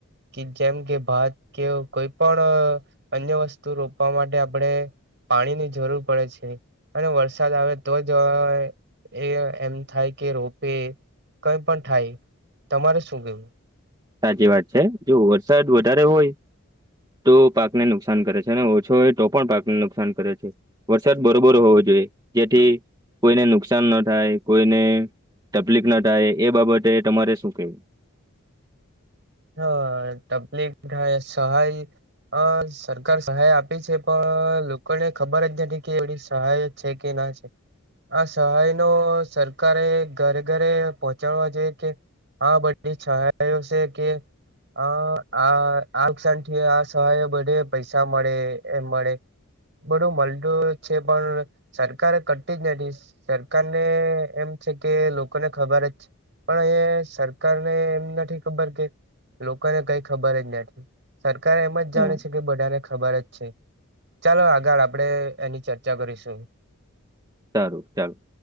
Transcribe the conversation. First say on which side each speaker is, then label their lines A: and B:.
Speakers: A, on the right; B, on the right.
A: કે જેમ કે ભાત કે કોઈ પણ. અન્ય વસ્તુ રોપવા માટે આપણે પાણીની જરૂર પડે છે અને વરસાદ આવે. તો જ એ એમ થાય કે રોપે કઈ પણ થાય. તમારે શું કેવું.
B: સાચી વાત છે જો વરસાદ વધારે હોય. તો પાકને નુકસાન કરે છે, અને ઓછો હોય તો પણ પાકને નુકસાન કરે છે. વરસાદ બરોબર હોવો જોઈએ જેથી કોઈને નુકસાન ન થાય કોઈને. તપલીક ના થાય એ બાબતે તમારે શું કેવું.
A: હા તપલીક થાય સહાય. અ સરકાર સહાય આપી છે પણ લોકોને ખબર જ નથી કે એવડી સહાય. છે કે ના છે. આ સહાય નો સરકારે ઘરે ઘરે પહોચાડવા જોઈએ કે. આ બધી સહાયો છે કે. હ આ આ નુકસાન થી આ સહાય બધે પૈસા મળે એમ મળે. બધું મળતું છે પણ. સરકાર કરતી જ નથી સરકાર ને એમ છે કે લોકોને ખબર જ. પણ આયા સરકાર ને એમ નથી ખબર કે. લોકોને કઈ ખબર જ નથી સરકાર એમ જ જાણે
B: હા
A: છે કે બધાને ખબર જ છે. ચાલો આગળ આપડે એની ચર્ચા કરીશું
B: સારું ચાલું